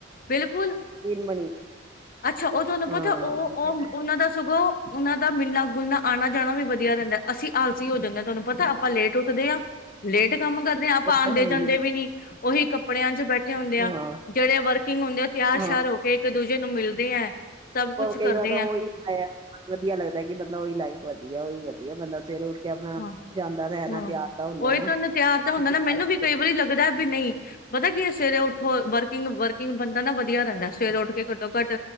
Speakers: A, on the left (about 50°); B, on the right (about 25°).
A: ਬਿਲਕੁਲ
B: ਬਣੀ
A: ਅੱਛਾ ਉਹ ਤੁਹਾਨੂੰ
B: ਹਾਂ
A: ਪਤਾ ਉਹ, ਉਹ
B: ਇਹ
A: ਉਹਨਾਂ ਦਾ ਸੁਗੋਂ ਉਹਨਾਂ ਦਾ ਦਾ ਮਿਲਣਾ ਗੁਲਣਾ ਆਣਾ ਜਾਣਾ ਵੀ ਵਧੀਆ ਰਹਿੰਦਾ ਅਸੀਂ ਆਲਸੀ ਹੋ ਜਾਂਦੇ ਹਾਂ ਤੁਹਾਨੂੰ ਪਤਾ ਆਪਾਂ ਲੇਟ ਉੱਠਦੇ ਹਾਂ ਲੇਟ ਕੰਮ ਕਰਦੇ ਹਾਂ ਆਪਾਂ
B: ਉਹ
A: ਆਉਂਦੇ
B: ਤਾਂ ਹੈ ਹੀ
A: ਜਾਂਦੇ
B: ਹੈ
A: ਵੀ ਨੀ ਉਹੀ ਕੱਪੜਿਆਂ ਚ ਬੈਠੇ ਹੁੰਦੇ ਆ
B: ਹਾਂ
A: ਜਿਹੜੇ ਵਰਕਿੰਗ ਹੁੰਦੇ ਆ ਤਿਆਰ
B: ਹਾਂ
A: ਸ਼ਿਆਰ ਹੋ ਕੇ ਇੱਕ ਦੂਜੇ ਨੂੰ ਮਿਲ ਦੇ ਹੈ। ਸਭ ਕੁਛ
B: ਕਈ
A: ਕਰਦੇ
B: ਵਤ ਆਈ
A: ਹੈ
B: ਵਧੀਆ ਲੱਗਦਾ ਕਿ ਬੰਦਾ ਉਹੀ ਲਾਈਫ ਵਧੀਆ ਹੀ ਵਧੀਆ ਬੰਦਾ ਸਵੇਰੇ ਉੱਠ ਕੇ ਆਪਣਾ
A: ਹਾਂ,
B: ਜਾਂਦਾ ਤਾਂ ਹੈ ਨਾ
A: ਹਾਂ
B: ਤਿਆਰ ਤਾਂ ਹੁੰਦਾ
A: ਉਹੀ
B: ਨਾ
A: ਤੁਹਾਨੂੰ ਤਿਆਰ ਤਾਂ ਹੁੰਦਾ
B: ਤਿਆਰ
A: ਨਾ ਮੈਨੂੰ
B: ਹੋ
A: ਵੀ ਕਈ
B: ਕੇ
A: ਵਾਰੀ ਲੱਗਦਾ ਵੀ ਨਹੀਂ ਪਤਾ ਕੀ ਸਵੇਰੇ ਉੱਠੋ ਵਰਕਿੰਗ, ਵਰਕਿੰਗ ਬੰਦਾ ਨਾ ਵਧੀਆ ਰਹਿੰਦਾ ਸਵੇਰੇ ਉੱਠ ਕੇ ਘੱਟੋ ਘੱਟ